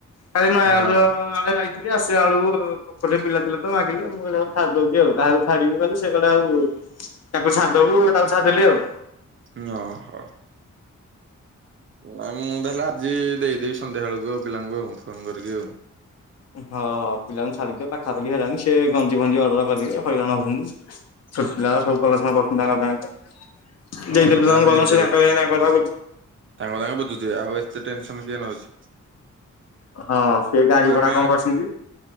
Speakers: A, on the left; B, on the right.
A: କାଲି ନ ଆ।
B: ହଁ
A: ଆସିଲା ବେଳକୁ ପୋଖୋରୀ ରେ ପିଲା ଥିଲେ ତ ମାଗିଲେ ମୁଁ କହିଲି ଥା ମୁଁ ଦେଉଛି ଆଉ କାହାକୁ ଛାଡ଼ିବି ସିଏ କହିଲା ଠୁ ତାକୁ ଛାଡିଦବୁ ତାକୁ ଛାଡିଦେଲି ଆଉ।
B: ନ ହ। ନାଇଁ। ମୁଁ ତାହାଲେ ଆଜି ଦେଇଦେବି ସନ୍ଧ୍ୟା ବେଳକୁ ଆଉ। ପିଲାଙ୍କୁ, ଆଉ ଫୋନ୍ କରିକି ଆଉ।
A: ହ ପିଲାଙ୍କୁ ଛାଡିଦିଅ ପାଖାପାଖି ହେଲାନି, ସେ ଗଞ୍ଜି ଫଞ୍ଜି ଅର୍ଡର କରିବେ, ହଇରାଣ ହଉଚନ୍ତି। ଛୋଟ ପିଲା ଗୁରା ସବୁ କଲେସନ କରୁଚନ୍ତି, ତାଙ୍କ ତାଙ୍କ ଭିତରେ,
B: ହଁ
A: ଦେଇଦେଲୁ
B: ହଁ ନାଇଁ
A: ତାଙ୍କୁ
B: ନାଇଁ
A: ଗଲା
B: ଦେ
A: ସେ, ତାଙ୍କର <unintelligible>
B: ତାଙ୍କ ତାଙ୍କ ବୁଝୁଥିବେ। ଆଉ ଏତେ ଟେନସନ୍ କିଏ ନଉଚି?
A: ହଁ, ସେ ଗାଡି
B: ଆମେ
A: ଭଡା କଣ କରିଚନ୍ତି?